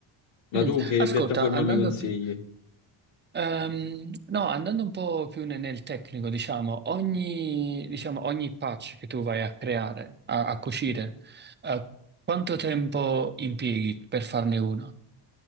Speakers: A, on the left (about 90°); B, on the right (about 25°).
A: Ma
B: Mm.
A: tu che
B: Ascolta,
A: piattaforma
B: andando
A: mi consigli?
B: più... Ehm, no, andando un po' più ne- nel tecnico, diciamo, ogni, diciamo, ogni patch che tu vai a creare, a, a cucire, eh, quanto tempo impieghi per farne uno?